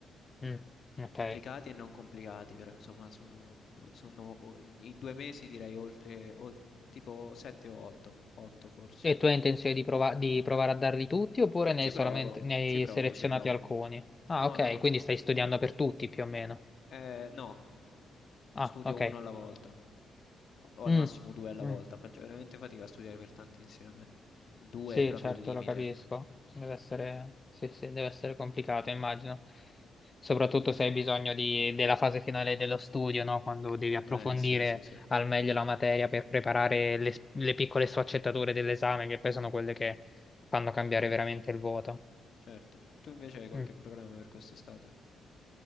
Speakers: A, on the left (about 30°); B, on the left (about 60°).
A: Mm, ok.
B: Complicati e non complicati, però insomma, sono, sono- in due mesi direi oltre, o- tipo 7 o 8, 8 forse.
A: E tu hai intenzione di, prova- di provare a darli tutti oppure ne
B: Ci
A: hai solamente
B: provo,
A: ne hai
B: ci provo,
A: selezionati
B: ci provo.
A: alcuni? Ah,
B: No,
A: ok,
B: no,
A: quindi stai studiando per tutti più o meno.
B: eh, no,
A: Ah,
B: studio
A: ok.
B: uno alla volta o, o al
A: Mm,
B: massimo due alla
A: mm.
B: volta. Faccio veramente fatica a studiare per tanti insieme. Due
A: Sì,
B: è proprio
A: certo,
B: il limite.
A: lo capisco. Deve essere, sì, sì, deve essere complicato, immagino. Soprattutto se hai bisogno di- della fase finale dello studio, no? Quando devi approfondire
B: Eh, sì, sì, sì,
A: al meglio la materia per preparare le, le piccole sfaccettature dell'esame, che poi sono quelle che fanno cambiare veramente il voto.
B: certo. Tu invece hai qualche
A: Mm.
B: programma per quest'estate?